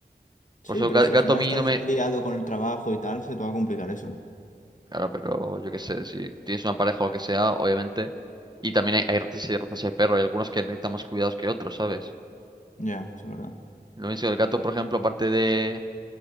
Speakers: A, on the left (about 50°); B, on the right (about 25°).
A: Sí,
B: Por eso
A: pero
B: ga-
A: si
B: gato
A: al final
B: a mí
A: estás
B: no me...
A: liado con el trabajo y tal, se te va a complicar eso.
B: Claro, pero yo qué sé, si tienes una pareja o lo que sea, obviamente. Y también hay, hay razas y razas de perro, hay algunos que necesitan más cuidados que otros, ¿sabes?
A: Ya, eso es verdad.
B: Lo mismo que el gato, por ejemplo, aparte de...